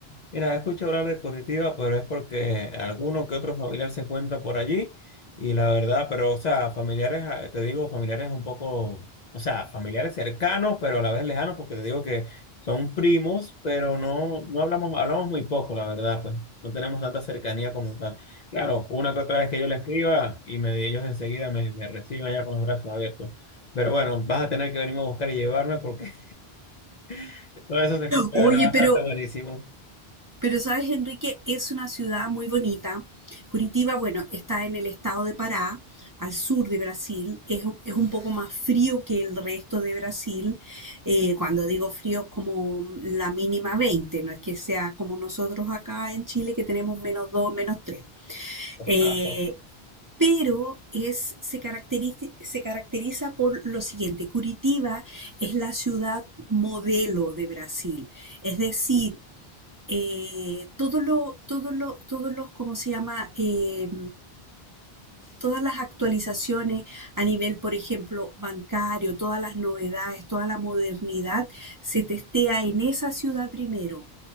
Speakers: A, on the left; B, on the right.
A: Mira, escucho hablar de Curitiba, pero es porque alguno que otro familiar se cuenta por allí y la verdad, pero o sea, familiares, ah, te digo, familiares un poco, o sea, familiares cercanos, pero a la vez lejanos, porque te digo que son primos, pero no, no hablamos, hablamos muy poco, la verdad, pues no tenemos tanta cercanía como tal. Claro, una que otra vez que yo le escriba y me, ellos enseguida me, me reciben allá con los brazos abiertos. Pero bueno, vas a tener que venirme a buscar y llevarme porque <laughs> todo eso se escucha
B: Oye,
A: bastante
B: pero
A: buenísimo.
B: Pero sabes, Enrique, es una ciudad muy bonita. Curitiba, bueno, está en el estado de Pará, al sur de Brasil. Es, un- es un poco más frío que el resto de Brasil. Eh, cuando digo frío, como la mínima veinte No es que sea como nosotros acá en Chile, que tenemos menos dos menos tres
A: Ajá.
B: Eh, pero es, se caracteriza, se caracteriza por lo siguiente. Curitiba es la ciudad modelo de Brasil. Es decir, eh, todo lo, todo lo, todos los, ¿cómo se llama? Eh, todas las actualizaciones a nivel, por ejemplo, bancario, todas las novedades, toda la modernidad, se testea en esa ciudad primero.